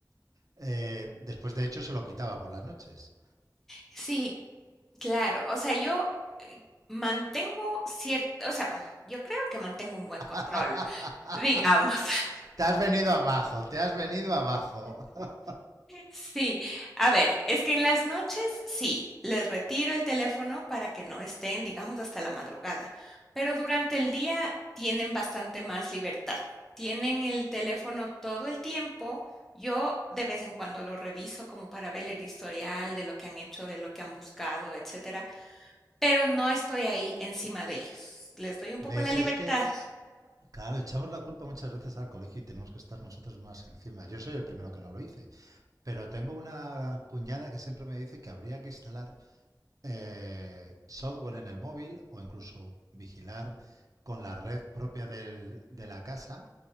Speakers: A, on the right; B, in the centre.
A: Eh, después, de hecho, se lo quitaba por las noches.
B: Sí, claro. O sea, yo, eh, mantengo cierto o sea, bueno, yo creo que mantengo un buen control,
A: <laughs>
B: <laughs> digamos.
A: te has venido abajo, te has venido abajo. <laughs>
B: Sí, a ver, es que en las noches sí, les retiro el teléfono para que no estén, digamos, hasta la madrugada, pero durante el día tienen bastante más libertad. Tienen el teléfono todo el tiempo. Yo de vez en cuando lo reviso como para ver el historial de lo que han hecho, de lo que han buscado, etcétera, pero no estoy ahí encima de ellos. Les doy un poco
A: ¿Ves?
B: la libertad.
A: Es que, claro, echamos la culpa muchas veces al colegio y tenemos que estar nosotros más encima. Yo soy el primero que no lo hice. Pero tengo una cuñada que siempre me dice que habría que instalar eh, software en el móvil o incluso vigilar con la red propia del- de la casa